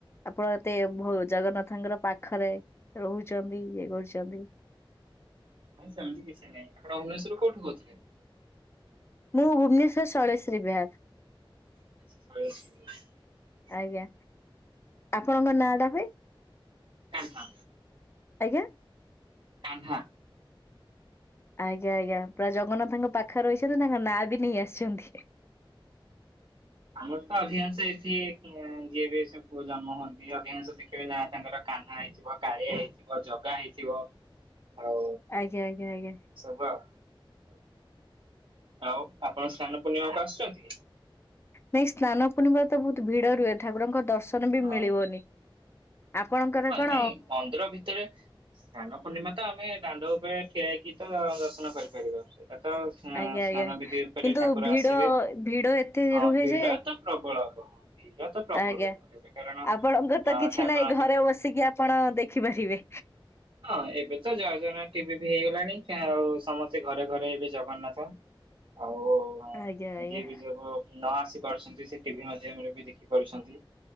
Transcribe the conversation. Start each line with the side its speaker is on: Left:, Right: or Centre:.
Left: ଆପଣ ଏତେ ଭୋ-ଜଗନ୍ନାଥଙ୍କ ପୁରା ପାଖରେ ରହୁଚନ୍ତି ଇଏ କରୁଚନ୍ତି।
Right: ନାଁଇ ସେମତି କିଛି ନାଇଁ ଆପଣ ଉନେଶ୍ଵରରୁ କୋଉଠୁ କହୁଥିଲେ?
Left: ମୁଁ ଭୁବନେଶ୍ଵର ଶୈଳେଶ୍ରୀ ବିହାର।
Right: ଶ୍ୟଲଶ୍ରି
Left: ଆଜ୍ଞା ଆପଣଙ୍କ ନା ଟା ଭାଏ।
Right: କାହ୍ନା
Left: ଆଜ୍ଞା।
Right: କାହ୍ନା।
Left: ଆଜ୍ଞା ଆଜ୍ଞା ପୁରା ଜଗନ୍ନାଥଙ୍କ ପାଖରେ ରହିଛନ୍ତି ତାଙ୍କ ନାଁ ବି ନେଇ ଆସିଛନ୍ତି-ହି। <inaudible>
Right: ଆମର ତ ଅଧିକାଂଶ ଏଠି-ଇ ଆଁ ଯିଏ ବି ଏଇସେଁ ପୁଅ ଜନ୍ମ ହୁଅନ୍ତି ଅଧିକାଂଶ ଦେଖିବେ ନାଁ ତାଙ୍କର କାହ୍ନା ହେଇଥିବ, କାଳିଆ ହେଇଥିବ, ଜଗା ହେଇଥିବ। ଆଉ
Left: ଆଜ୍ଞା ଆଜ୍ଞା ଆଜ୍ଞା।
Right: ସବୁ ଆଉ। ଆଉ ଆପଣ ସ୍ନାନ ପୂର୍ଣ୍ଣିମାକୁ ଆସୁଚନ୍ତି?
Left: ନାଇ ସ୍ନାନ ପୂର୍ଣ୍ଣିମାରେ ତ ବହୁତ ଭିଡ ରୁହେ ଠାକୁଡଙ୍କ ଦର୍ଶନ ବି
Right: ହଁ
Left: ମିଳିବନି। ଆପଣଙ୍କର
Right: ହଁ
Left: କଣ
Right: ନାଇଁ ମନ୍ଦିର ଭିତରେ ସ୍ନାନ ପୂର୍ଣ୍ଣିମା ତ ଆମେ ଡାଣ୍ଡ ଉପଳେ ଠିଆ ହେଇକି ତ-ଅ ଦର୍ଶନ କରିପାରିବ ସେ। ପାତ-ଅ ସ୍ନା-ସ୍ନାନ
Left: ଆଜ୍ଞା ଆଜ୍ଞା।
Right: ବିଧି ଉପରେ
Left: କିନ୍ତୁ
Right: ଠାକୁର
Left: ଭିଡ
Right: ଆସିବେ
Left: ଭିଡ ଏତେ
Right: ହଁ,
Left: ରୁହେ
Right: ଭିଡ
Left: ଯେ
Right: ତ ପ୍ରବଳ। ଭିଡ଼ ତ ପ୍ରବଳ
Left: ଆଜ୍ଞା
Right: ଏବେ କାରଣ
Left: ଆପଣଙ୍କର ତ
Right: ଅ-ଠାକୁର
Left: କିଛି ନାହିଁ ଘରେ ବସିକି ଆପଣ-ଅ ଦେଖିପାରିବେ।
Right: ହଁ ଏବେ ତ ଜୟଜଗନା ଟିଭି ବି ହେଇଗଲାଣି ଆଉ ସମସ୍ତେ ଘରେ ଘରେ ଏବେ ଜଗନ୍ନାଥ ଆଉ-ଉଁ
Left: ଆଜ୍ଞା ଆଜ୍ଞା
Right: ଯିଏ ବି ସବୁ ନ ଆସି ପାରୁଛନ୍ତି ସେ ଟିଭି ମାଧ୍ୟମରେ ବି ଦେଖି ପାରୁଛନ୍ତି।